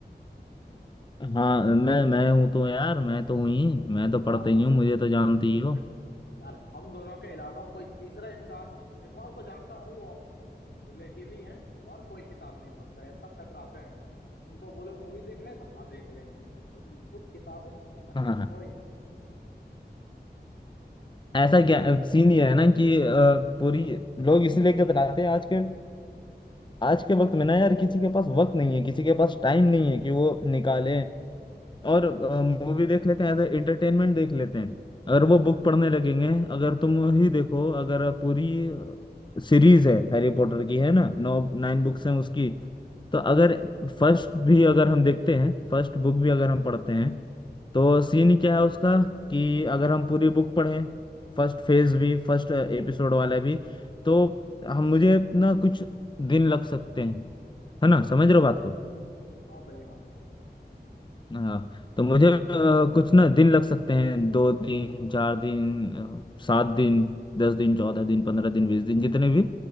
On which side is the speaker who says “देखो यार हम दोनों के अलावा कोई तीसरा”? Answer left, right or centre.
Left